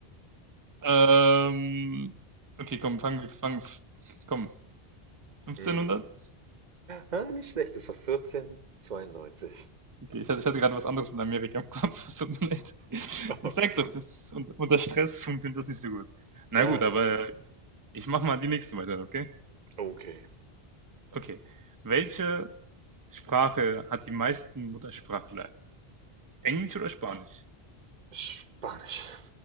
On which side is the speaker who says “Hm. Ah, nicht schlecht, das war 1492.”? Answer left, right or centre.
Right